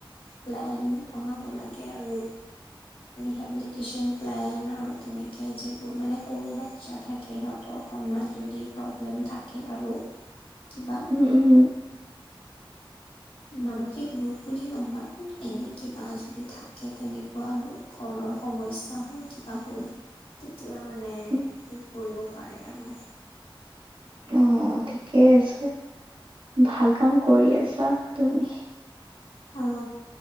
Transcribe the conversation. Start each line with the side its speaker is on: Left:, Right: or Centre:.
Left: প্লেন বনাব লাগে আৰু হেবিলিটিচন প্লেন আৰু তেনেকৈ যিবোৰ মানে সৰু বা ইচ্ছা থাকে সিহঁতৰ অকণমান যদি প্ৰব্লেম থাকে। আৰু কিবা
Right: উম উম। <inaudible>
Left: মানসিক ৰোগ বুলি নহয় কিন্তু এনেই কিবা আজৰি থাকে। তেনেকুৱা আৰু ঘৰৰ সমস্যা হ'ল কিবা হ'ল তেতিয়া মানে
Right: উম
Left: স কৰিব পাৰে। আৰু
Right: অ ঠিকেই আছে ভাল কাম কৰি আছা। তুমি
Left: অ